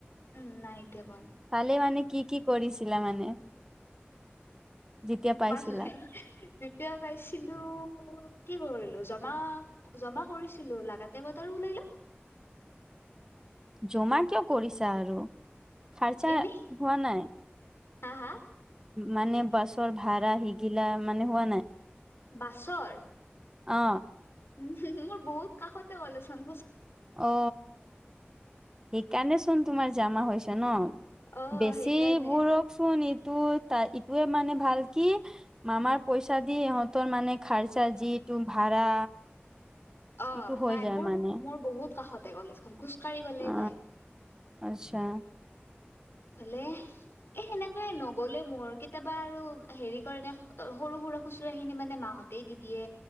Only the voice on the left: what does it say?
উম নাই এতিয়া পোৱা
পালে যেতিয়া পাইছিলো কি কৰিলো জমা জমা কৰিছিলো লাগা টাইমত আৰু ওলাই ল
এনে
হা হা
বাছৰ
উম মোৰ বহু কাষতে হলাচোন
অ
সেইকাৰণে
অ
নাই
মোৰ
মোৰ বহুত কাষতে কলেজখন খোজ কাঢ়ি গ'লে
পাই
ভালে এ সেনেকে নগলে মোৰ কেতিয়াবা আৰু হেৰি কৰে ন সৰু সৰু কুকুৰা খুচুৰা খিনি মানে মাহতেই দি দিয়ে